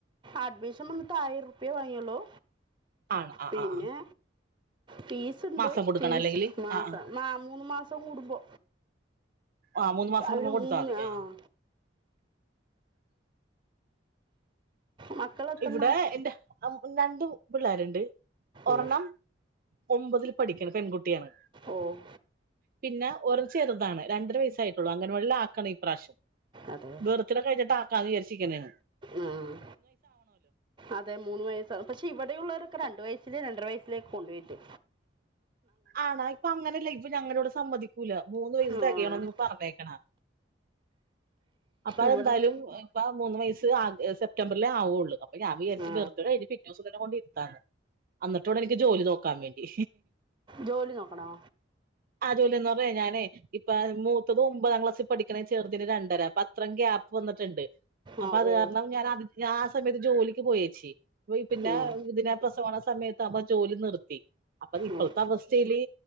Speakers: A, on the right; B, on the right.
A: അഡ്മിഷൻ വന്നിട്ട് ആയിരുറുപ്യെ വാങ്ങിയൊള്ളു.
B: ആണ് ആ
A: പിന്നെ
B: ആ ആ
A: ഫീസ്ണ്ട്
B: മാസം കൊടുക്കണം
A: ഫീസ്
B: അല്ലെങ്കിൽ
A: മാസം
B: ആ ആ
A: മാ മൂന്ന് മാസം കൂടുമ്പോ
B: ആ മൂന്ന് മാസം
A: അവര്
B: കൂടുമ്പോ കൊടുത്താൽ
A: മൂന്ന്
B: മതി
A: ആഹ്
B: ആ
A: മക്കൾ എത്തണ
B: ഇവിടെ എന്റെ അം രണ്ടു പിള്ളേരുണ്ട്. ഒരെണ്ണം
A: ഓ
B: ഒമ്പതിൽ പഠിക്ക്ണ് പെൺകുട്ടിയാണ്.
A: ഓഹ്
B: പിന്നെ ഒരൾ ചെറുതാണ് രണ്ടര വയസ്സായി ട്ടുള്ളു. അംഗനവാടിലാക്കണ ഈ പ്രാവശ്യം.
A: അതെ
B: ബെർത്ത്ഡെ കയ്ഞ്ഞിട്ടാക്കാന്ന് വിചാരിച്ച് രിക്കന്.
A: ആഹ് അതെ മൂന്ന് വയസ്സാണ് പക്ഷെ ഇവിടെയുള്ളോരൊക്കെ രണ്ടു വയസ്സിലേ രണ്ടര വയസ്സിലേ കൊണ്ട് പോയിട്ട്
B: ആണാ ഇപ്പൊ അങ്ങനെ ല്ല ഇപ്പ ഞങ്ങളവിടെ സമ്മതിക്കൂല മൂന്ന് വയസ്സ്
A: ആ
B: തെകയാണോന്ന് പറഞ്ഞേക്കണ അപ്പതെന്തായാലും
A: ഇവിടെ
B: ഇപ്പ മൂന്ന് വയസ്സ് ആ സെപ്റ്റംബറിലേ ആവുള്ളൂ പ്പം ഞാൻ വിചാരിച്ചു
A: ആ
B: ബർത്ത്ഡേ കയിഞ്ഞ് പിറ്റേ ദിവസം ത ന്നെ കൊണ്ടിര്ത്താന്ന് അന്നിട്ട് വേണം എനിക്ക് ജോലി നോക്കാൻ വേണ്ടി.
A: ജോലി നോക്കണോ?
B: ആഹ് ജോലി എന്ന് പറഞ്ഞയി ഞാനേ ഇപ്പാ മൂത്തത് ഒമ്പതാം ക്ലാസ്സിൽ പഠിക്ക്ണേ ചെറ്തിന് രണ്ടര അപ്പൊ അത്രേം ഗ്യാപ്പ് വന്ന്ട്ട്ണ്ട് അപ്പൊ
A: ആ
B: അത്
A: ഓ
B: കാരണം ഞാൻ ആ ഞാൻ ആ സമയത്ത് ജോലിക്ക് പോയേച്ചീ പിന്നെ
A: ഉം,
B: ഇതിനെ പ്രസവാണ സമയത്ത് ആവ്മ്പോ ജോലി നിർത്തി അപ്പ ഇപ്പോഴത്തെ
A: ഉം.
B: അവസ് സ്ഥേല്